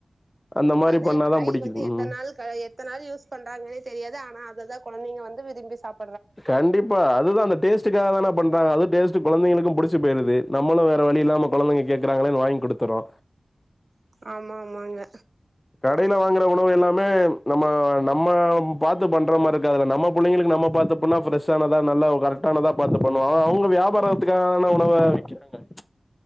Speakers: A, on the left (about 20°); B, on the right (about 50°).
A: அந்த மாரி
B: அது
A: பண்ணாதா
B: ஆயுள்
A: புடிக்குது
B: வந்து எத்தன்
A: ம்
B: நாள் க எத்த நாள் யூஸ் பண்றாங்கன்னே தெரியாது ஆனா அததா குழந்தைங்க வந்து விரும்பி சாப்
A: கண்டிப் பா அதுதா அந்த டேஸ்டுக்காக தான பண்றாங்க அந்த டேஸ்டு குந்தைகளுக்கு புடிச்சு போயிருது நம்மளும் வேற வழி இல்லாம குழந்தைங்க கேக்குறாங்களேன் வாங்கி குடுத்துரோ
B: ஆமா ஆமாங்க
A: கடையில வாங்குற உணவு எல்லாமே நம்ம நம்ம பாத்து பண்ற மாரிக்காதுல நம்ம புள்ளைங்களுக்கு நம்ம பாத்து பன்னா பிரெஷ்ஷானதா நல்ல கரெக்டானதா பாத்து பண்ணுவோ அவுங்க வியாபாரத்துக்காக தான உணவ விக்கறாங்க